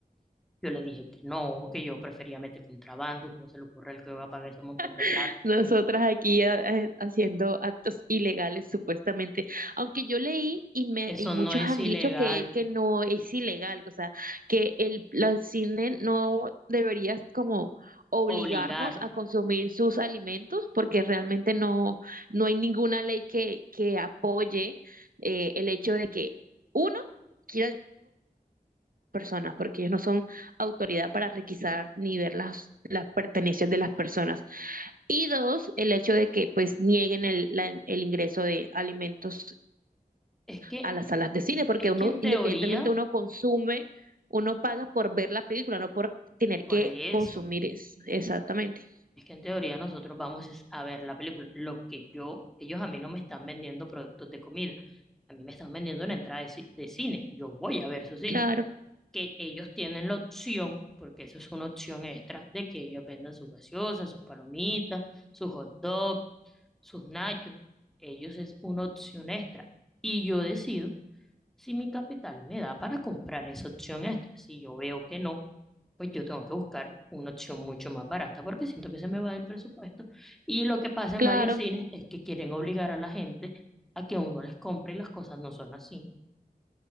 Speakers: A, in the centre; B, on the right (about 65°).
A: Yo le dije que no, que yo prefería meter contrabando, ¿cómo se le ocurre al que va a pagar ese montón
B: <laughs>
A: de plata?
B: Nosotras aquí ah, haciendo actos ilegales supuestamente, aunque yo leí y me
A: Eso
B: y muchos
A: no es
B: han
A: ilegal,
B: dicho que, que no es ilegal, o sea, que el la cine no debería como obligarnos
A: obligar.
B: a consumir sus alimentos porque realmente no no hay ninguna ley que que apoye eh, el hecho de que uno quieran personas, porque ellos no son autoridad para requisar ni ver las, las pertenencias de las personas. Y dos, el hecho de que pues nieguen el, la- el ingreso de alimentos
A: Es que,
B: a las salas de cine, porque
A: es
B: uno,
A: que en
B: independientemente
A: teoría,
B: uno consume, uno paga por ver la película, no por tener
A: por
B: que
A: eso,
B: consumir es, exactamente.
A: es que en teoría nosotros vamos es a ver la película. Lo que yo, ellos a mí no me están vendiendo productos de comida, a mí me están vendiendo una entrada de, ci- de cine. Yo voy a ver su cine.
B: Claro,
A: Que ellos tienen la opción, porque eso es una opción extra, de que ellos vendan sus gaseosas, sus palomitas, sus hot dogs sus nachos. Ellos es una opción extra. Y yo decido si mi capital me da para comprar esa opción extra. Si yo veo que no, pues yo tengo que buscar una opción mucho más barata porque siento que se me va del presupuesto. Y lo que pasa en
B: claro,
A: varios cines es que quieren obligar a la gente a que uno les compre y las cosas no son así.